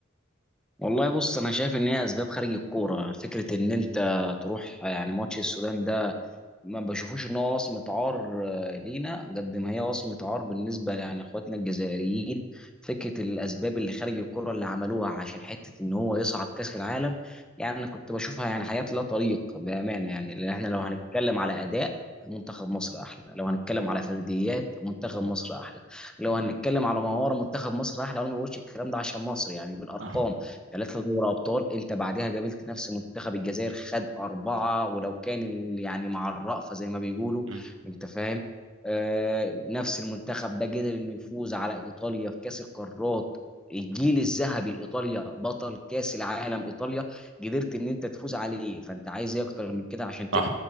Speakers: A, in the centre; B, on the right.
A: والله بص انا شايف ان هي اسباب خارج الكوره فكره ان انت تروح يعني ماتش السودان ده ما بشوفوش ان هو وصمه عار آه، لينا قد ما هي وصمه عار بالنسبه يعني اخواتنا الجزائريين فكره الاسباب اللي خارج الكوره اللي عملوها عشان حته ان هو يصعد كاس العالم يعني انا كنت بشوفها يعني حاجات لا طريق بامانه يعني لان احنا لو هنتكلم على اداء منتخب مصر احلى لو هنتكلم على فرديات منتخب مصر احلى لو هنتكلم على مهاره منتخب مصر احلى وانا ما بقولش الكلام ده عشان مصر يعني بالارقام
B: صح
A: ثلاثة دوري أبطال أنت بعدها قابلت نفس منتخب الجزائر خد أربعة ولو كان ال- يعني مع الرأفة زي ما بيقولوا
B: مم.
A: أنت فاهم آه نفس المنتخب ده قدر إنه يفوز على إيطاليا في كأس القارات الجيل الذهبي لإيطاليا بطل كأس العالم إيطاليا قدرت إن أنت تفوز عليه فأنت عايز إيه أكتر من كده عشان
B: صح